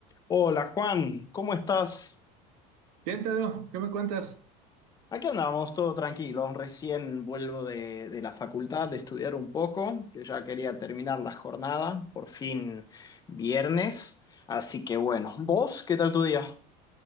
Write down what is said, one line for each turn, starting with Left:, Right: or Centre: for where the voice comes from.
Left: Hola Juan, ¿cómo estás?
Right: Bien, Tadeo, ¿qué me cuentas?
Left: Aquí andamos, todo tranquilo. Recién vuelvo de, de la facultad de estudiar un poco, que ya quería terminar la jornada, por fin viernes. Así que bueno, ¿vos qué tal tu día?